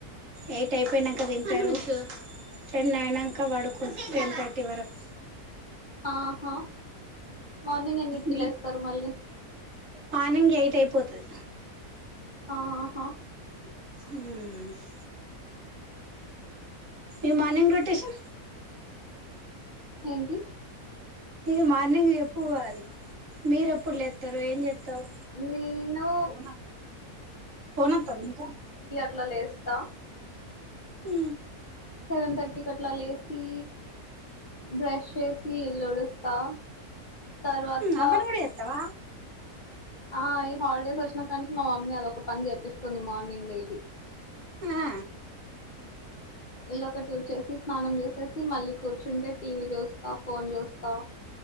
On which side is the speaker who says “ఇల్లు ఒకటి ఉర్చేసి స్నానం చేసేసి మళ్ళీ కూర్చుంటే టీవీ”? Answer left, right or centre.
Left